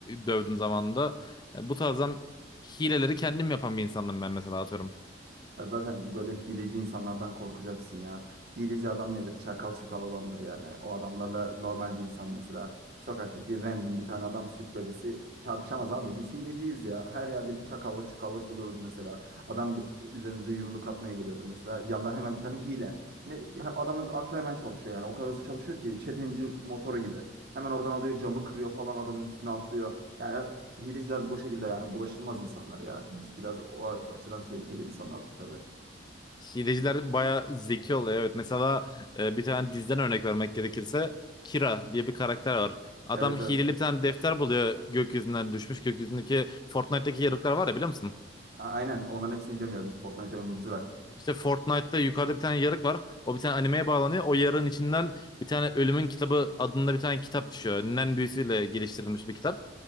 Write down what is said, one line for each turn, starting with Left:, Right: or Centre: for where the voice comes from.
Left: dövdüm zamanında. Yani bu tarzdan hileleri kendim yapan bir insanım ben mesela atıyorum.
Right: Ya zaten böyle hileci insanlardan korkacaksın ya. Hileci adam nedir? Çakal çakal adamdır yani. O adamlarla normal bir insan mesela. Sokaktaki random bir tane adam süt bebesi çarpışamaz abi. Biz hileciyiz ya. Her yerde bir çakallık çukallık buluruz mesela. Adam b- üzerimize yumruk atmaya geliyordur mesela. Yandan hemen bir tane hile. Ne, ya adamın aklı hemen çalışıyor yani. O kadar hızlı çalışıyor ki çetencin motoru gibi. Hemen oradan alıyor camı kırıyor falan adamın üstüne atlıyor. Yani hileciler bu şekilde yani bulaşılmaz insanlar ya. Biz biraz o açıdan tehlikeli insanlardık tabii.
Left: Hileciler bayağı zeki oluyor evet. Mesela e, bir tane diziden örnek vermek gerekirse Kira diye bir karakter var. Adam
Right: Evet
Left: hileli
Right: evet.
Left: bir tane defter buluyor gökyüzünden düşmüş. Gökyüzündeki Fortnite'daki yarıklar var ya biliyor musun?
Right: A- Aynen onların hepsini biliyorum ya biz Fortnite'e ömrümüzü verdik.
Left: İşte Fortnite'da yukarıda bir tane yarık var. O bir tane animeye bağlanıyor. O yarığın içinden bir tane Ölümün Kitabı adında bir tane kitap düşüyor. Nen büyüsüyle geliştirilmiş bir kitap.